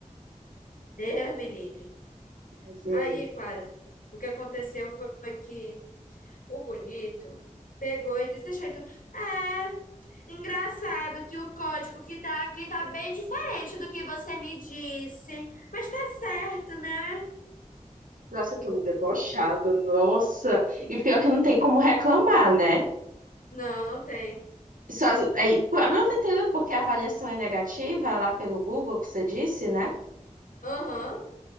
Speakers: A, on the left; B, on the right.
A: Deus me livre.
B: Mas eu-
A: Aí, Clara, o que aconteceu foi que O bonito pegou e disse, jeito, é, engraçado que o código que tá aqui tá bem diferente do que você me disse, mas tá certo, né?
B: Nossa, que homem debochado, nossa. E pior que não tem como reclamar, né?
A: Não, não tem.
B: Só, aí, pô, agora eu tô entendendo porque a avaliação é negativa lá pelo Google, que você disse, né?
A: Aham,